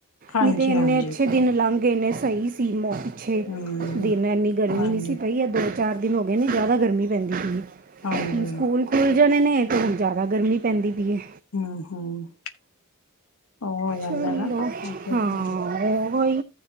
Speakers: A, on the left (about 85°); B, on the right (about 40°).
A: ਹਾਂਜੀ
B: ਨਹੀਂ ਤੇ ਇੰਨੇ
A: ਹਾਂਜੀ
B: ਅੱਛੇ ਦਿਨ ਲੰਘ ਗੇਨੇ ਸਹੀ ਸੀ। ਪਿੱਛੇ
A: ਹਮ
B: ਦਿਨ ਇੰਨੀ ਗਰਮੀ
A: ਹਾਂਜੀ
B: ਨਹੀਂ ਸੀ ਪਈ ਆ ਦੋ- ਚਾਰ ਦਿਨ ਗ ਪੈਂ ਬ
A: ਹਾਂਜੀ
B: <unintelligible> ਸਕੂਲ ਜਾਣੇ ਨੇ ਤਾਂ ਹੁਣ ਜ਼ਿਆਦਾ ਗਰਮੀ ਪੈਂਦੀ ਪਈ ਹੈ।
A: ਹਮ- ਹਮ। ਉਹ ਹੋ ਜਾਂਦਾ
B: ਚਲੋ
A: ਨਾ ਠੀਕ
B: ਹਾਂ, ਉਹ